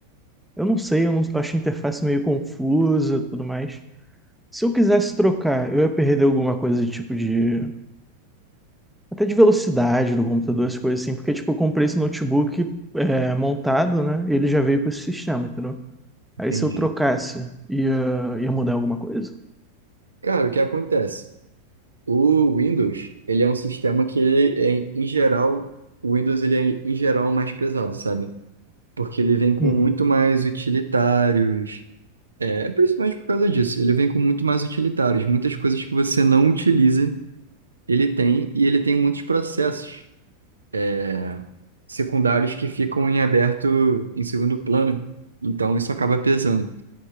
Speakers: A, in the centre; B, on the right.
A: Eu não sei, eu não, eu achei a interface meio confusa e tudo mais. Se eu quisesse trocar, eu ia perder alguma coisa de tipo de. Até de velocidade do computador, essas coisas assim, porque tipo, eu comprei esse notebook é, montado, né? e ele já veio com esse sistema, entendeu? Aí
B: Entendi.
A: se eu trocasse, ia, ia mudar alguma coisa?
B: Cara, o que acontece? O Windows, ele é um sistema que, ele é, em geral, o Windows ele é, em geral, mais pesado, sabe? porque ele vem com
A: Uhum,
B: muito mais utilitários. É, principalmente por causa disso. Ele vem com muito mais utilitários. Muitas coisas que você não utiliza, ele tem, e ele tem muitos processos é, secundários que ficam em aberto em segundo plano. Então isso acaba pesando.